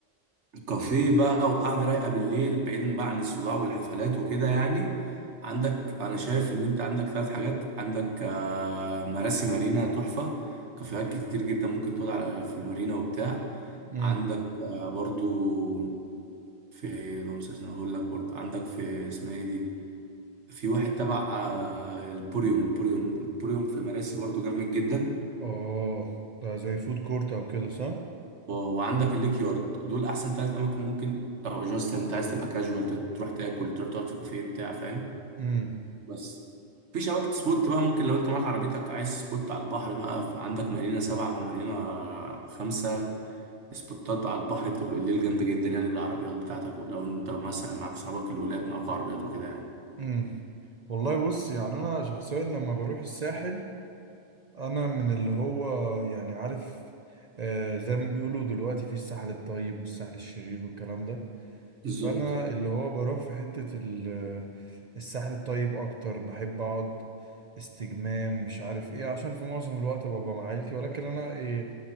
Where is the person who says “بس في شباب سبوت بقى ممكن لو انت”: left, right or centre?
Right